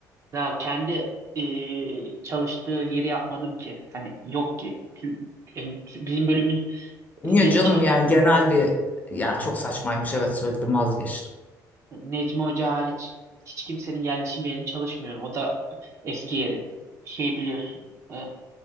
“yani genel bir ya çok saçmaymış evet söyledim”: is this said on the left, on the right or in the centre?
Left